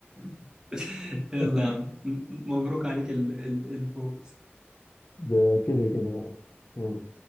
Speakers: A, on the right; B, on the left.
A: <laughs> يلا
B: <laughs>
A: يا عم م- مبروك عليك ال- ال- الفوز
B: ده كده كده يعني.